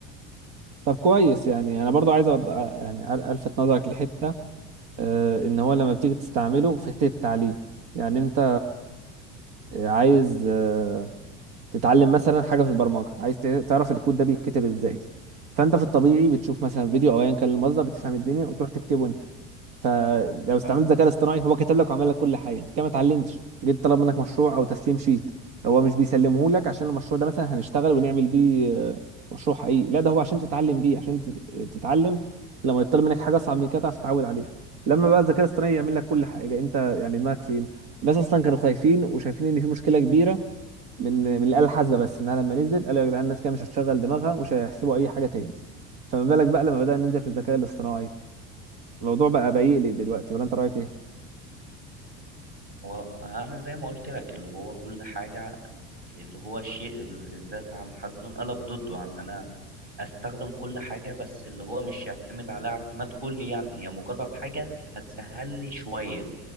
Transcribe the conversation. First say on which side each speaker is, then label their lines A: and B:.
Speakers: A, on the right; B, on the right.
A: طب كويس يعني انا برضو عايز أض... يعني الفت نظرك لحته آه، ان هو لما بتيجي تستعمله في حته التعليم يعني انت عايز آه، تتعلم مثلا حاجه في البرمجه عايز ت- تعرف الكود ده بيتكتب ازاي فانت في الطبيعي بتشوف مثلا فيديو او ايا كان المصدر بتفهم الدنيا وتروح تكتبه انت فلو استعملت
B: صح
A: ذكاء اصطناعي هو كتب لك وعمل لك كل حاجه انت كده ما اتعلمتش جيت طلب منك مشروع او تسليم شيت هو مش بيسلمه لك عشان المشروع ده مثلا هنشتغل ونعمل بيه آه، مشروع حقيقي لا ده هو عشان تتعلم بيه عشان تت- تتعلم لما يطلب منك حاجه اصعب من كده تعرف تتعود عليها لما بقى الذكاء الاصطناعي يعمل لك كل حاجه انت يعني دماغك فين الناس اصلا كانوا خايفين وشايفين ان في مشكله كبيره من من الآلة الحاسبة بس انها لما نزلت قالوا يا جدعان الناس كده مش هتشغل دماغها ومش هيحسبوا اي حاجة تاني فما بالك بقى لما بدأنا ننزل في الذكاء الاصطناعي الموضوع بقى بيقلق دلوقتي ولا انت رأيك ايه؟
B: وأنا زي ما قلت لك اللي هو كل حاجة اللي هو الشيء ال- الذات عن حده انقلب ضده يعني أنا أستخدم كل حاجة بس اللي هو مش يعتمد عليها اعتماد كلي يعني هي مجرد حاجة هتسهل لي شوية